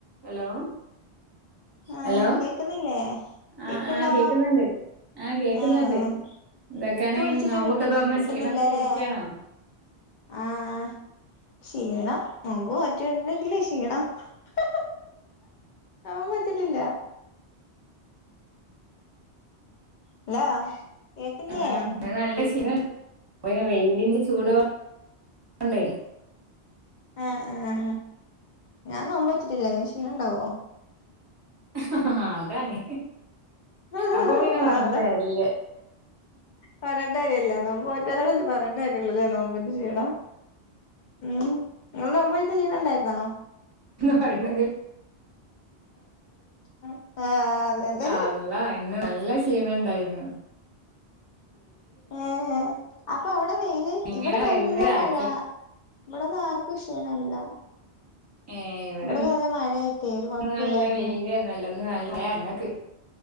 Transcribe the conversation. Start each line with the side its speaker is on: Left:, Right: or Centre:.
Right: hello
Left: ആഹ്
Right: Hello
Left: കേക്കുന്നില്ലേ കേക്ക്ണ്ടോ
Right: ആഹ് ആഹ് കേക്കുന്നുണ്ട്. ആഹ് കേക്കുന്നുണ്ട്.
Left: ഏഹ്
Right: ന്തൊക്കെയാണ
Left: ഇക്ക് വിളിച്ചിട്ട്
Right: നോമ്പൊക്കെ
Left: കിട്ട്
Right: തൊറന്ന
Left: കിട്ടുന്നില്ലല്ലേ
Right: ക്ഷീണത്തിൽ ഇരിക്കണോ?
Left: ആഹ് ആ ക്ഷീണം നോമ്പ് നോറ്റോണ്ടെങ്കില് ക്ഷീണം ആഹ നോമ്പ് നോറ്റിട്ടില്ല അല്ല കേക്കില്യ..
Right: ആഹ് ഇന്ന് നല്ല ക്ഷീണ പിന്നെ വെയിലിന്റെ ചൂഡോണ്ടേ
Left: ആഹ് ആഹ് ഞാൻ നോമ്പ് നോറ്റിട്ടില്ല ഇനി ക്ഷീണം ണ്ടാവോ?
Right: ഹ ഹ ഹ അതാണ്.
Left: ആഹ്
Right: അപ്പൊ പിന്നെ പറഞ്ഞിട്ട് കാരില്ല.
Left: പറയേണ്ട കാര്യല്ല. നോമ്പ് നോറ്റോരോടല്ലേ പറയേണ്ടകാര്യള്ളൂല്ലേ നോമ്പിന്റ് ക്ഷീണം. ഉം നിങ്ങനോമ്പായിട്ട് ക്ഷീണണ്ടായിരുന്നോ?
Right: പറെണങ്കി
Left: ആഹ് അതന്നെ
Right: അള്ള <unintelligible> ന്ന് നല്ല ക്ഷീണണ്ടായിരുന്നു.
Left: ഏ അപ്പൊ അവടെ വെയില്
Right: ഇങ്ങനെ
Left: ഇവിടെ
Right: വൈകുന്നേരം
Left: നല്ല മഴ
Right: ആക്കി
Left: ഇവിടന്നാർക്കും ക്ഷീണല്ല
Right: ഏ ഇവിടെ
Left: ഇവിടൊക്കെ നല്ല മഴയായിട്ടേ ഒരു കൊഴപ്പുല്ലായിരുന്നു
Right: നല്ല വെയിലെന്നെല്ല നല്ല ങ്ങക്ക്